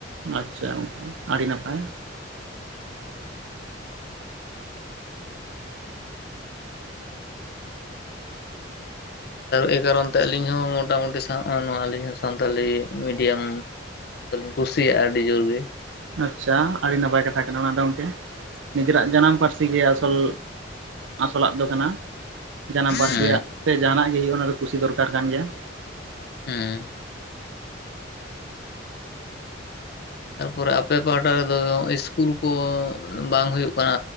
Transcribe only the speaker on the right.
ᱟᱪᱪᱷᱟ ᱜᱚᱝᱠᱮ ᱟᱹᱰᱤ ᱱᱟᱯᱟᱭ
ᱟᱪᱪᱷᱟ ᱟᱹᱰᱤ ᱱᱟᱯᱟᱭ ᱠᱟᱛᱷᱟ ᱠᱟᱱᱟ ᱚᱱᱟ ᱫᱚ ᱜᱚᱝᱠᱮ ᱾ ᱱᱤᱡᱮᱨᱟᱜ ᱡᱟᱱᱟᱢ ᱯᱟᱹᱨᱥᱤ ᱜᱮ ᱟᱥᱚᱞ ᱟᱥᱚᱞᱟᱜ ᱫᱚ ᱠᱟᱱᱟ ᱡᱟᱱᱟᱢ ᱯᱟᱹᱨᱥᱤ
ᱨᱮᱭᱟᱜ ᱛᱮ ᱡᱟᱦᱟᱱᱟᱜ ᱜᱮ ᱦᱳᱭᱳᱜᱼᱟ ᱚᱱᱟ ᱫᱚ ᱠᱩᱥᱤ ᱫᱚᱨᱠᱟᱨ ᱠᱟᱱ ᱜᱮᱭᱟ ᱾